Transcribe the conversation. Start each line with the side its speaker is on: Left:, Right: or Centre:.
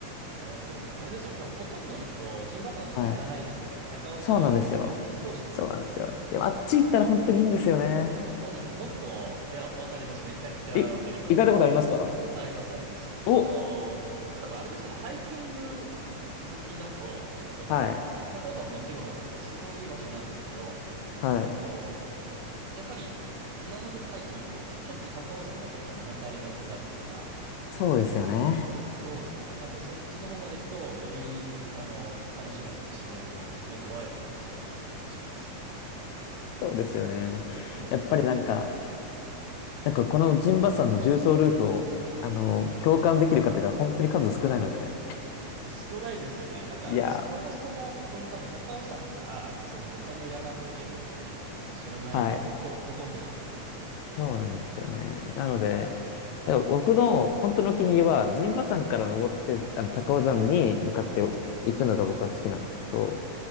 Right: えっと、あれですよね、多分ほとんどの人、陣馬山の方行かないですよね。
Left: はい。
Right: 高尾山行って。
Left: そうなんですよ。
Right: そうですよね。
Left: そうなんですよ。でも、あっち行ったら本当にいいんですよね。
Right: そうなんです。もっと、いや、わかります。めちゃくちゃわかります。
Left: い、行かれたことありますか
Right: あります、あります。その、
Left: お、
Right: 多分あれですよね。ハイキング好きだと、その、
Left: はい。
Right: 高尾山ももちろんすごいいい場所なんですけど、
Left: はい。
Right: こう、やっぱりいろんなとこハイキング行き出すと、ちょっと高尾山だけだと物足りなくなるというか、
Left: そうですよね。
Right: そうですよね。なんでそっちの方まで行くと、より、あの、楽しめますよね。自然を、もっとワイルドな自然を楽しめますね。
Left: そうですよね。
Right: そうですね
Left: やっぱりなんか、なんかこのジンバさんの重走ルートを、あの、共感できる方が本当に数少ないので。
Right: いや、少ないですよね。なんか、
Left: いやー、
Right: そもそも、その多分高尾山から、その他の山に行けるっていうのを知らない人がほと、
Left: はい。
Right: ほとんどだと思いますね。
Left: そうなんですよね。なので、だから僕の本当のお気に入りは、陣馬山から登って、あの、高尾山に向かって行くのが僕は好きなんですけど、